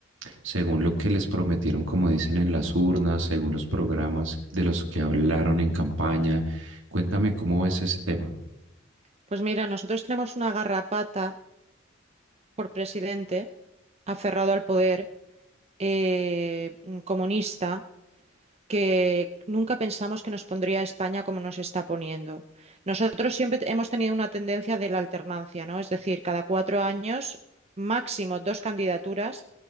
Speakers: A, on the right; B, on the right.
A: según lo que les prometieron, como dicen en las urnas, según los programas de los que hablaron en campaña, cuéntame cómo ves ese tema.
B: Pues mira, nosotros tenemos una garrapata por presidente aferrado al poder eh, mm, comunista que nunca pensamos que nos pondría a España como nos está poniendo. Nosotros siempre te- hemos tenido una tendencia de la alternancia, ¿no? Es decir, cada cuatro años, máximo dos candidaturas